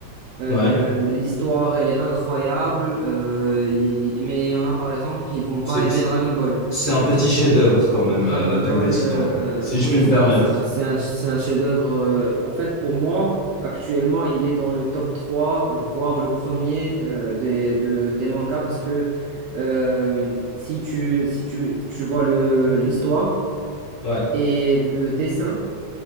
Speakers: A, on the right (about 75°); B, on the left (about 35°).
A: Euh,
B: Ouais.
A: l'histoire, elle est incroyable, euh, il- mais il y en a par exemple qui vont pas
B: C'est
A: aimer
B: c'est-
A: Dragon Ball.
B: c'est un petit chef-d'œuvre quand même,
A: Dragon
B: euh, l'Attaque
A: Ball,
B: des Titans,
A: euh,
B: si
A: oui,
B: je puis me
A: c'est
B: permettre.
A: un, c'est c'est un, c'est un chef-d'œuvre. euh, en fait, pour moi, actuellement, il est dans le top 3, euh, voire le premier euh, des, de- des mangas, parce que euh, si tu, si tu, tu vois le, l'histoire
B: Ouais,
A: et le dessin,